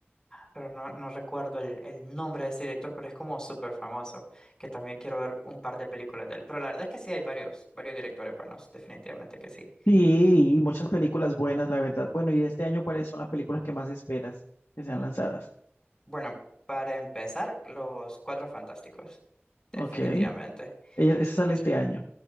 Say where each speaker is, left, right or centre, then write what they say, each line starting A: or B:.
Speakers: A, on the left (about 15°); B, on the left (about 85°).
A: pero no, no recuerdo el, el nombre de ese director, pero es como súper famoso, que también quiero ver un par de películas de él. Pero la verdad es que sí hay varios, varios directores buenos, definitivamente que sí.
B: Sí, y muchas películas buenas, la verdad. Bueno, y de este año, ¿cuáles son las películas que más esperas que sean lanzadas?
A: Bueno, para empezar, Los Cuatro Fantásticos, definitivamente.
B: Ok, ella- esa sale
A: Y
B: este año.